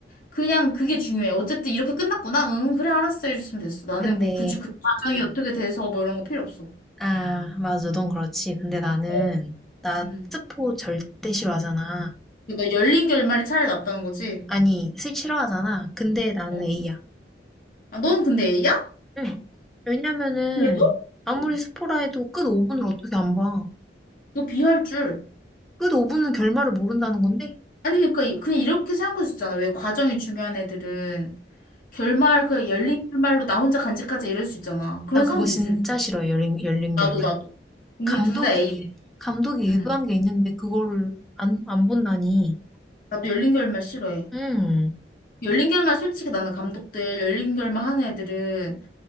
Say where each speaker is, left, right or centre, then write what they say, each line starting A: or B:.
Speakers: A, on the left; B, in the centre.
A: 그냥 그게 중요해. 어쨌든 이렇게 끝났구나. 응, 그래, 알았어. 이랬으면 됐어. 나는
B: 근데,
A: 뭐 굳이 그 과정이 어떻게 돼서 뭐 이런 거 필요 없어.
B: 아, 맞아. 넌 그렇지. 근데 나는,
A: 어.
B: 나
A: 음.
B: 스포 절대 싫어하잖아.
A: 너 열린 결말이 차라리 낫다는 거지?
B: 아니, 스 싫어하잖아. 근데 나는
A: 어.
B: A야.
A: 아, 넌 근데 A야?
B: 응. 왜냐면은,
A: 그래도?
B: 아무리
A: 어.
B: 스포라 해도 끝 5분을 어떻게 안 봐.
A: 너 B 할 줄.
B: 끝 5분은 결말을 모른다는 건데?
A: 아니, 그러니까 이- 그냥 이렇게 생각할 수 있잖아. 왜 과정이 중요한 애들은. 결말, 그냥 열린 결말로 나 혼자 간직하자 이럴 수 있잖아. 그런
B: 나
A: 사람도
B: 그거 진짜
A: 있을
B: 싫어해. 열린, 열린 결말.
A: 나도, 나도. 우리
B: 감독이,
A: 둘 다 A네.
B: 감독이
A: 응.
B: 의도한 게 있는데, 그거를 안, 안 본다니.
A: 나도 열린 결말 싫어해.
B: 음.
A: 열린 결말 솔직히 나는 감독들 열린 결말 하는 애들은